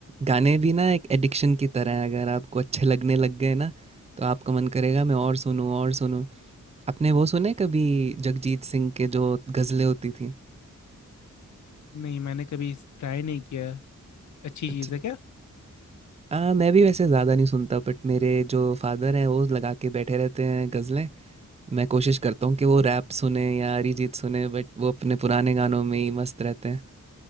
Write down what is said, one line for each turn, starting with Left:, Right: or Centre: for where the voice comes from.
Right: गाने भी ना एक एडिक्शन की तरह है, अगर आपको अच्छे लगने लग गए ना, तो आपका मन करेगा मैं और सुनूँ, और सुनूँ। आपने वो सुने कभी जगजीत सिंह के जो गज़लें होती थी
Left: नहीं मैंने कभी ट्राई नहीं किया अच्छी
Right: अच्छा
Left: चीज़ है क्या
Right: हाँ मैं भी वैसे ज़्यादा नहीं सुनता बट मेरे जो फादर हैं वो लगा के बैठे रहते हैं गज़लें मैं कोशिश करता हूँ कि वो रैप सुने या अरिजीत सुने बट वो अपने पुराने गानों में ही मस्त रहते हैं